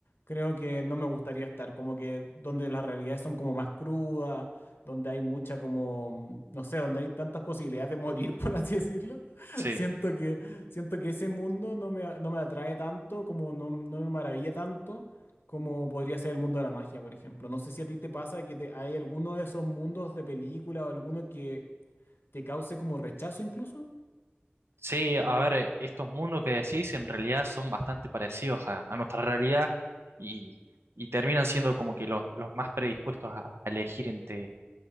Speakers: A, on the left (about 65°); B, on the right (about 80°).
A: creo que no me gustaría estar, como que donde las realidades son como más crudas, donde hay mucha como, mm, no sé, donde hay tantas posibilidades de morir, <laughs> por así decirlo.
B: sí.
A: Siento que, siento que ese mundo no me, a- no me atrae tanto, como no, no me maravilla tanto, como podría ser el mundo de la magia, por ejemplo. No sé si a ti te pasa que te, hay alguno de esos mundos de película o alguno que te cause como rechazo incluso.
B: Sí, a ver, estos mundos que decís en realidad son bastante parecidos a, a nuestra realidad y, y terminan siendo como que los, los más predispuestos a, a elegir entre